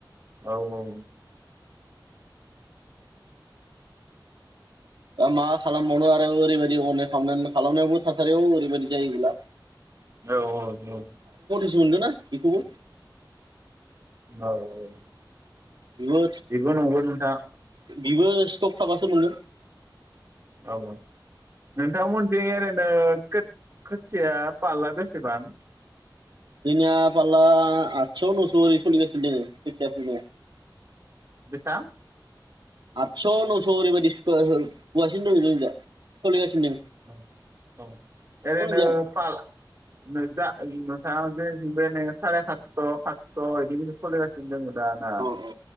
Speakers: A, on the right; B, on the right.
A: औ औ
B: दा मा खालामबावनो आरो ओरैबायदि अनेक खालामनायावबो थासारियाव ओरैबायदि जायोब्ला
A: औ औ औ
B: मोनगोन ना बेखौबो।
A: औ औ
B: बेबो
A: बिबो नंगौ नोंथां
B: बेबो स्टक थाबासो मोनो।
A: औ नोंथांमोनथिं ओरैनो खोथि-खोथिया फालला बेसेबां?
B: जोंनिया फालल आथस' नस' ओरै सलिगासिनो दङ खोथिया।
A: ज
B: आदस' नौस' ओरैबायदि सुव होुासिनो दङ जों दया सोलिगासिनो दङ
A: <inaudible> औ औ रैनो
B: जा
A: फाल नजा नथाङ जे बिनिफ्रायनो साराय सातस' सास' बिदि बिदि सलिगासिनो दोङो दाना
B: औ औ